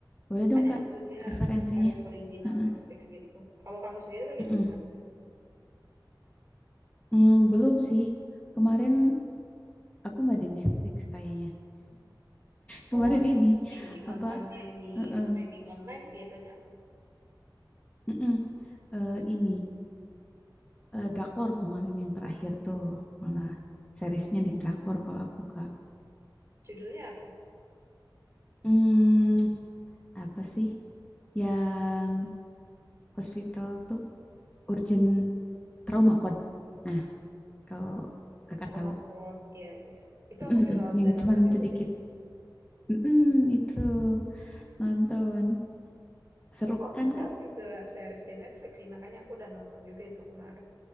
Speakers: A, on the left; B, on the right.
A: boleh dong
B: Ada
A: Kak.
B: itu dia
A: Referensinya.
B: series original
A: Heeh.
B: Netflix gitu. Kalau kamu sendiri lagi
A: Mm-mm.
B: nonton apa?
A: Hmm, belum sih. Kemarin aku nggak di Netflix kayaknya. Kemarin
B: Oh, terus
A: ini
B: ini nonton
A: apa?
B: yang di
A: Heeh,
B: streaming online biasanya apa?
A: heeh, eh, ini eh, drakor kemarin yang terakhir tuh malah seriesnya di drakor kalau aku Kak.
B: Judulnya apa?
A: Hmm, apa sih yang hospital tuh urgent trauma code. Nah, kalau Kakak
B: Oh, Trauma
A: tahu
B: Code. Iya, iya. Itu aku
A: Mm-mm,
B: juga udah
A: yang
B: nonton
A: cuman
B: itu
A: sedikit
B: sih.
A: Mm-mm, itu nonton
B: Itu
A: seru
B: kalau
A: kan
B: nggak salah
A: Kak?
B: juga series di Netflix sih, makanya aku udah nonton juga itu kemarin.